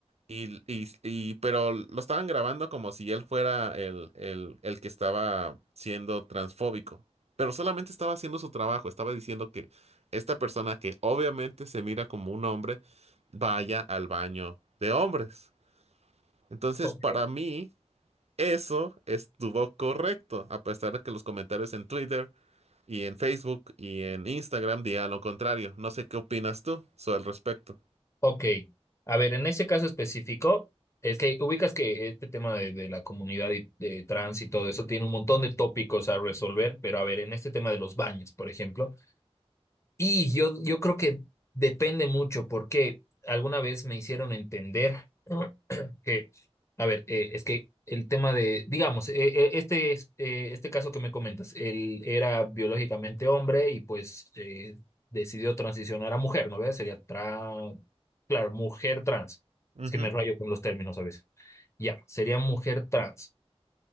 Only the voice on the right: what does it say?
Y, y- y- pero lo estaban grabando como si él fuera el, el- el que estaba siendo transfóbico. Pero solamente estaba haciendo su trabajo, estaba diciendo que esta persona que obviamente se mira como un hombre, vaya al baño de hombres. Entonces,
para mí, eso estuvo correcto, a pesar de que los comentarios en Twitter y en Facebook y en Instagram digan lo contrario. No sé qué opinas tú sobre el respecto.
Ujú.